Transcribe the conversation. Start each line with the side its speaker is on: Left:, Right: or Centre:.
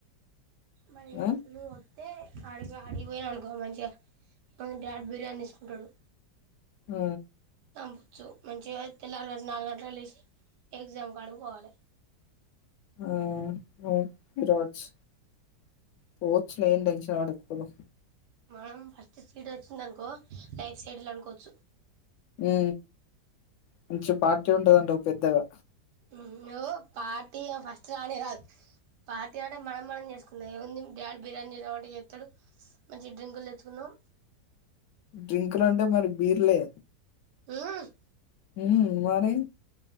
Right: మరి
Left: ఆ
Right: నువ్వు తే అడిగా అడిగిపోయినా అనుకో మంచిగా డాడ్ బిర్యానీ తీసుకుంటాడు
Left: ఆ
Right: వచ్చు మంచిగా తెల్లారు గాకనే నాలుగు గంటలకు లేచి ఎగ్జామ్ కాడికి పొవాలె
Left: ఆ ఆ పోయి రావచ్చు పోవచ్చులే ఏం టెన్షన్ పడకు
Right: మనం ఫస్ట్ సీట్ వచ్చిందనుకో లైఫ్ సెటిల్ అనుకోవచ్చు
Left: ఉ మంచి పార్టీ ఉంటదంటావ్ పెద్దగా
Right: ఉమ్ ఓ పార్టీ యా ఫస్ట్ కనే కాదు పార్టీ అంటే మనం మనం చేసుకుందం ఏముంది. డాడీ బిర్యానీ చేద్దాం అంటే చేస్తాడు మంచి డ్రింకులు తెచ్చుకుందాం.
Left: డ్రింకులు అంటే మరి బీర్లే
Right: ఊమ్
Left: ఉ మరి